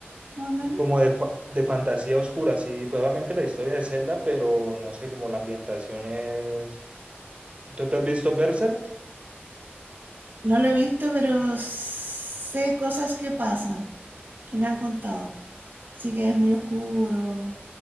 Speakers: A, on the right (about 55°); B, on the right (about 30°).
A: Más o menos.
B: Como de, fa- de fantasía oscura, sí, probablemente la historia de Zelda, pero no sé, como la ambientación es... ¿Tú te has visto Berserk?
A: No lo he visto, pero sé cosas que pasan, que me han contado. Sí que es muy oscuro.